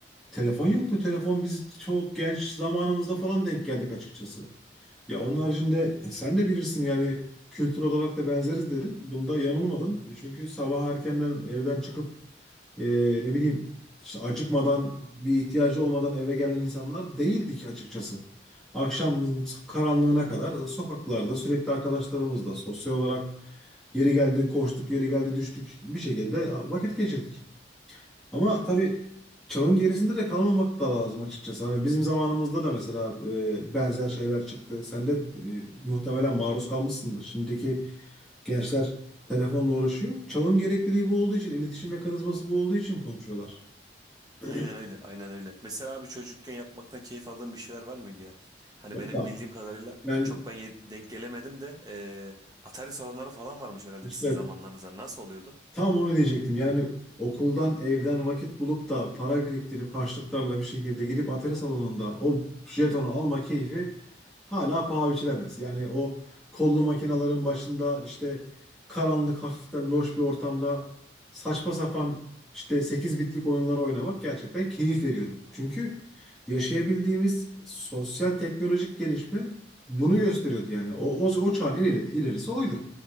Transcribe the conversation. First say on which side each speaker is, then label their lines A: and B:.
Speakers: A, in the centre; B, on the right (about 20°).
A: Telefon yoktu. Telefon biz çok genç zamanımızda falan denk geldik açıkçası. Ya onun haricinde e, sen de bilirsin yani kültür olarak da benzeriz dedin. Bunda yanılmadın. Çünkü sabah erkenden evden çıkıp e, ne bileyim işte acıkmadan bir ihtiyacı olmadan eve gelen insanlar değildik açıkçası. Akşamın karanlığına kadar sokaklarda sürekli arkadaşlarımızla sosyal olarak yeri geldi koştuk, yeri geldi düştük bir şekilde vakit geçirdik. Ama
B: Yok.
A: tabii çağın gerisinde de kalmamak da lazım açıkçası. Hani bizim zamanımızda da mesela e, benzer şeyler çıktı. Sen de e, muhtemelen maruz kalmışsındır. Şimdiki gençler telefonla uğraşıyor. Çağın gerekliliği bu olduğu için, iletişim mekanizması bu olduğu için konuşuyorlar. <clears throat>
B: Aynen öyle, aynen öyle. Mesela abi çocukken yapmaktan keyif aldığın bir şeyler var mıydı ya? Hani
A: Valla
B: benim bildiğim kadarıyla
A: ben
B: çok ben ye- denk gelemedim de e, Atari salonları falan varmış herhalde
A: işte
B: sizin zamanlarınızda. Nasıl oluyordu?
A: Tam onu diyecektim. Yani okuldan, evden vakit bulup da para biriktirip harçlıklarla bir şekilde gidip atari salonunda o jetonu alma keyfi hala paha biçilemez. Yani o kollu makinelerin başında işte karanlık hafiften loş bir ortamda saçma sapan işte 8 bitlik oyunları oynamak gerçekten keyif veriyordu. Çünkü yaşayabildiğimiz sosyal teknolojik gelişme bunu gösteriyordu yani. O, o, o çağın en ileri- ilerisi oydu.